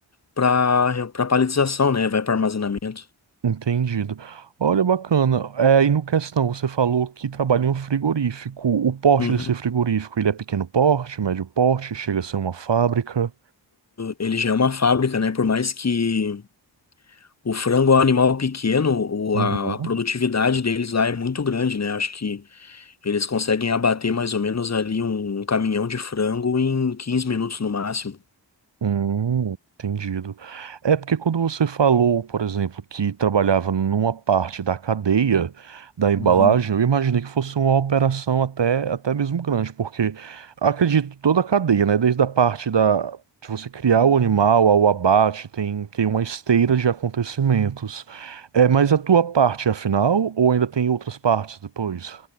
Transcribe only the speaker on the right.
entendido. Olha, bacana. É, e no questão, você falou que trabalha em um frigorífico. O porte
desse frigorífico, ele é pequeno porte, médio porte, chega a ser uma fábrica?
Uhum.
Hum, entendido. É porque quando você falou, por exemplo, que trabalhava numa parte da cadeia da embalagem,
eu imaginei que fosse uma operação até, até mesmo grande, porque acredito, toda a cadeia, né, desde a parte da, de você criar o animal ao abate, tem, tem uma esteira de acontecimentos. É, mas a tua parte é a final ou ainda tem outras partes depois?